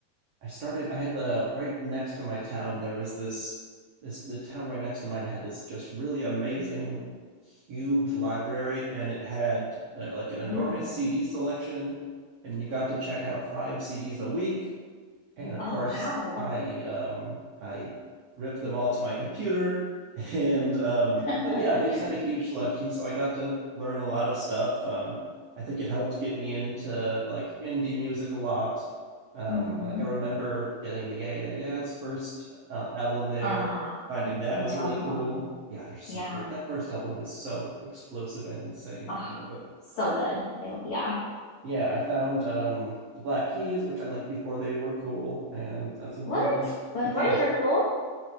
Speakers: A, on the right (about 80°); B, on the left (about 80°).
A: I started. I had the right next to my town. There was this this the town right next to mine had this just really amazing, huge library, and it had uh, like an enormous
B: Ooh.
A: CD selection, and you got to check out five CDs a week and of
B: Oh,
A: course
B: wow.
A: I um, I ripped them all to my computer. <laughs> And um,
B: <laughs>
A: but yeah, they just had a huge selection, so I got to learn a lot of stuff. Um, I think it helped get me into like indie music a lot. Um,
B: hmm
A: like I remember getting the Yeah Yeah Yeahs first uh, album there,
B: Oh,
A: finding that
B: I
A: was
B: love
A: really cool.
B: them.
A: Yeah, they're so
B: Yeah.
A: great. That first album is so explosive and insane.
B: Oh,
A: I love it
B: so good. I, yeah.
A: yeah, I found um the Black Keys, which I liked before they were cool, and that's important
B: What? Before
A: because
B: they were cool?